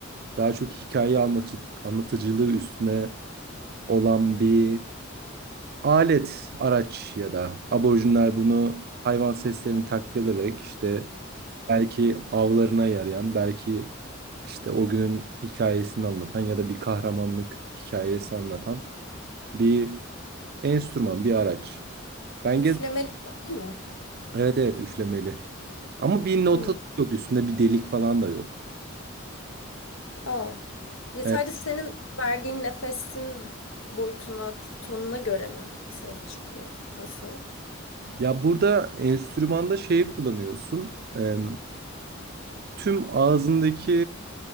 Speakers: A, on the right; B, on the left.
A: daha çok hikaye anlatıcı, anlatıcılığı üstüne olan bir alet, araç ya da aborjinler bunu hayvan seslerini taklit ederek işte belki avlarına yarayan, belki işte o günün hikayesini anlatan ya da bir kahramanlık hikayesi anlatan bir enstrüman, bir araç. Ben
B: Üflemeli
A: gez
B: değil mi?
A: Evet evet üflemeli. Ama bir notası
B: Hı.
A: yok. Üstünde bir delik falan da yok.
B: Oh. Ya
A: E,
B: sadece senin verdiğin nefesin boyutuna, tonuna göre mi bir ses çıkıyor? Nasıl?
A: ya burada enstrümanda şeyi kullanıyorsun. E, tüm ağzındaki